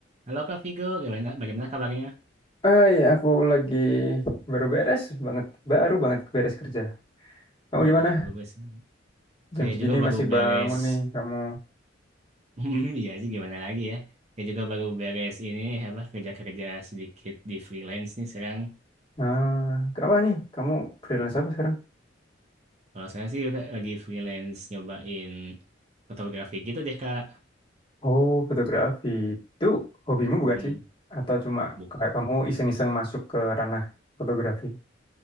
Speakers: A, on the right; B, on the left.
A: Halo Kak Vigo, gimana, bagaimana kabarnya?
B: Hai, aku lagi baru beres banget, baru banget beres kerja. Kamu
A: Waduh,
B: gimana?
A: baru beres.
B: Jam
A: Saya
B: segini
A: juga baru
B: masih
A: beres.
B: bangun nih kamu.
A: <laughs> Iya sih, gimana lagi ya? Saya juga baru beres ini apa kerja-kerja sedikit di freelance nih sekarang.
B: Nah, apa nih? Kamu freelance apa sekarang?
A: Kalau saya sih lagi freelance nyobain fotografi gitu deh Kak.
B: Oh, fotografi. Itu hobimu bukan
A: Mm,
B: sih? Atau cuma
A: Bukan,
B: kayak kamu iseng-iseng masuk ke ranah fotografi?